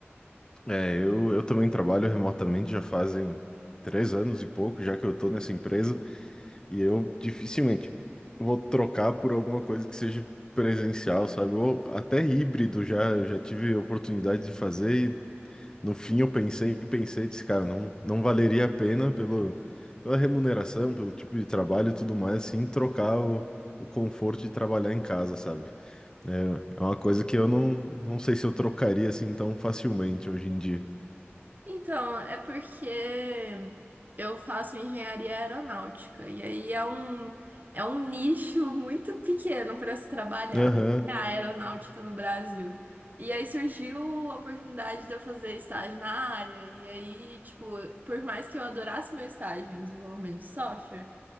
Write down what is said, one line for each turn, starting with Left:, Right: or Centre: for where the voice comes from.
Left: É, eu, eu também trabalho remotamente já fazem três anos e pouco, já que eu tô nessa empresa, e eu dificilmente vou trocar por alguma coisa que seja presencial, sabe? Ou até híbrido já, eu já tive oportunidade de fazer, e no fim eu pensei, pensei, disse, cara, não, não valeria a pena pelo, pela remuneração, pelo tipo de trabalho e tudo mais, assim, trocar o, o conforto de trabalhar em casa, sabe? É, é uma coisa que eu não, não sei se eu trocaria assim tão facilmente hoje em dia.
Right: Então, é porque eu faço engenharia aeronáutica e aí é um, é um nicho <laughs> muito pequeno para se trabalhar,
Left: Aham,
Right: né, a aeronáutica no Brasil. E aí surgiu a oportunidade de eu fazer estágio na área. E aí, tipo, por mais que eu adorasse meu estágio em desenvolvimento de software,